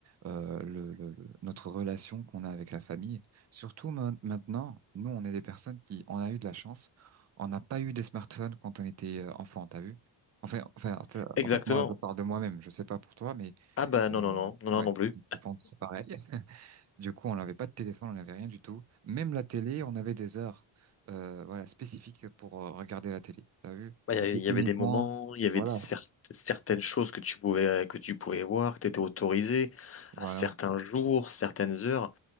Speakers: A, on the right (about 35°); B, on the left (about 30°).
A: Euh, le, le- le- notre relation qu'on a avec la famille, surtout main- maintenant, nous, on est des personnes qui, on a eu de la chance, on n'a pas eu des smartphones quand on était euh, enfant, t'as vu? Enfin, enfin, t'as-
B: Exactement.
A: en fait, moi, je parle de moi-même, je sais pas pour toi, mais
B: Ah bah non,
A: euh,
B: non, non, non, non,
A: ouais,
B: non plus.
A: je pense que c'est pareil. <laughs> Du coup, on n'avait pas de téléphone, on n'avait rien du tout. Même la télé, on avait des heures, euh, voilà, spécifiques pour euh, regarder la télé, t'as vu?
B: Ouais, Il y
A: C'était
B: a- il y
A: uniquement,
B: avait des moments, il y avait
A: voilà,
B: des cer- certaines choses que tu pouvais, euh, que tu pouvais voir, que tu étais autorisé
A: voilà.
B: à certains jours, certaines heures,